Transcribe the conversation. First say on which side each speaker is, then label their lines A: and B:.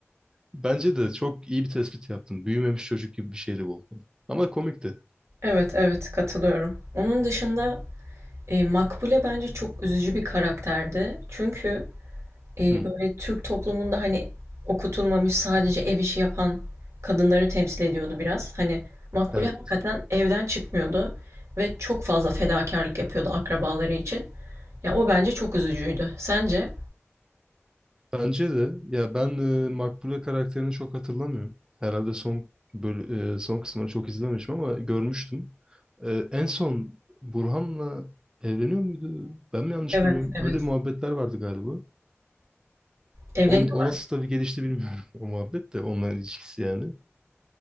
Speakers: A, on the right (about 15°); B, on the right (about 85°).
A: Bence de çok iyi bir tespit yaptın. Büyümemiş çocuk gibi bir şeydi Volkan. Ama komikti.
B: Evet, evet katılıyorum. Onun dışında e, Makbule bence çok üzücü bir karakterdi. Çünkü eee,
A: Hı.
B: böyle Türk toplumunda hani okutulmamış sadece ev işi yapan kadınları temsil ediyordu biraz. Hani Makbule
A: Evet.
B: hakikaten evden çıkmıyordu ve çok fazla fedakarlık yapıyordu akrabaları için. Ya o bence çok üzücüydü. Sence?
A: Bence de ya ben e, Makbule karakterini çok hatırlamıyorum. Herhalde son böl- e, son kısmını çok izlememişim ama görmüştüm. E, en son Burhan'la evleniyor muydu? Ben mi yanlış
B: Evet,
A: biliyorum?
B: evet.
A: Öyle muhabbetler vardı galiba.
B: Evleniyorlar.
A: On, o nasıl tabii gelişti bilmiyorum <laughs> o muhabbet de onların ilişkisi yani.